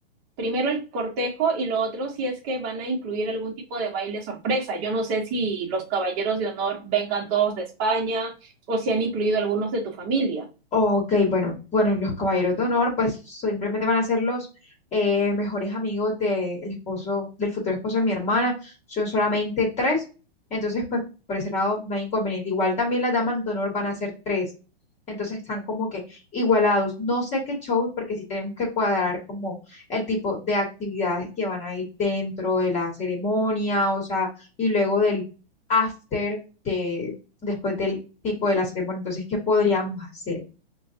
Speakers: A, on the right; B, on the left.
A: primero el cortejo y lo otro si es que van a incluir algún tipo de baile sorpresa. Yo no sé si los caballeros de honor vengan todos de España o si han incluido algunos de tu familia.
B: Ok, bueno, bueno, los caballeros de honor, pues simplemente van a ser los eh, mejores amigos del esposo, del futuro esposo de mi hermana. Son solamente tres, entonces, pues por ese lado no hay inconveniente. Igual también las damas de honor van a ser tres, entonces están como que igualados. No sé qué shows, porque sí tenemos que cuadrar como el tipo de actividades que van a ir dentro de la ceremonia, o sea, y luego del after de después del tipo de la ceremonia. Entonces, ¿qué podríamos hacer?